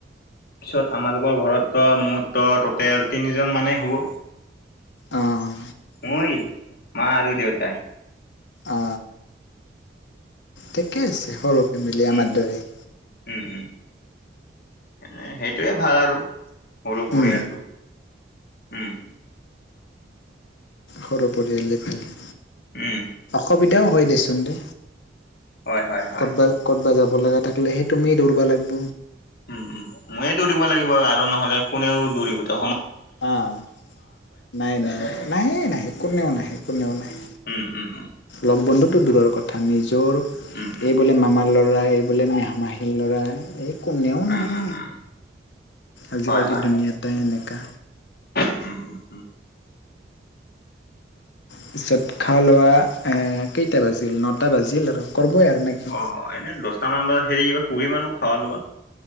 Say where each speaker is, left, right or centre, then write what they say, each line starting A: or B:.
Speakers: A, on the left; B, on the left.
A: পিছত আমালোকৰ ঘৰত ত মোৰ ত টোটেল তিনিজন মানেই হ'ব।
B: অঁ
A: ম‌ই, মা আৰু দেউতাই
B: অ, ঠিকে আছে সৰু ফেমিলি
A: উম,
B: আমাৰ দৰেই
A: উম, উম, এনে সেইটোয়ে ভাল আৰু সৰু পৰিয়ালটো,
B: উম
A: উম
B: সৰু পৰিয়ালে ভালে।
A: উম
B: সুবিধাও হয় দেচোন দে
A: হয়, হয়, হয়।
B: ক'তবা ক'তবা যাব লগা থাকিলে সেই তুমিয়েই দৌৰিব লাগিব।
A: উম উম ময়ে দৌৰিব লাগিব আৰু নহ'লে কোনেও দৌৰিব তো
B: অ' নাই নাই, নাহে নাহে কোনেও নাহে কোনেও নাহে
A: উম উম উম
B: লগ বন্ধুৰ টো দূৰৰ কথা, নিজৰ এই
A: উম, উম,
B: বোলে মামাৰ ল'ৰা এই বোলে মা মাহীৰ ল'ৰা এই কোনেও নাহে
A: উম, উম, উম,
B: আজিকালি
A: হয়, হয়,
B: দুুনীয়াটো সেনেকা
A: উম উম উম
B: পিছত খাৱা-লোৱা কেইটা বাজিল, নটা বাজিল আৰু। কৰবই আৰু নেকি
A: অ' এনে দচটা মান বজাত হেৰি কিবা কৰিম আৰু খাৱা-লোৱা।